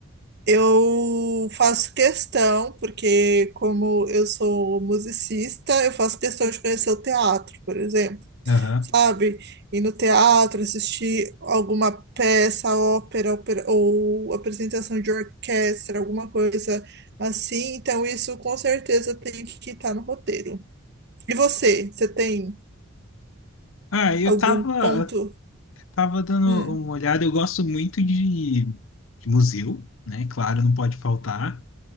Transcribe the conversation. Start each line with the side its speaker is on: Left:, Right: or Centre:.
Right: eu faço questão, porque como eu sou musicista, eu faço questão de conhecer o teatro, por exemplo.
Left: Aham.
Right: sabe? Ir no teatro, assistir alguma peça, ópera, opera- ou apresentação de orquestra, alguma coisa assim. Então, isso com certeza tem que estar no roteiro. E você, você tem
Left: Ah, eu
Right: algum
Left: tava,
Right: ponto?
Left: tava dando
Right: Hum,
Left: uma olhada. Eu gosto muito de, de museu, né? Claro, não pode faltar.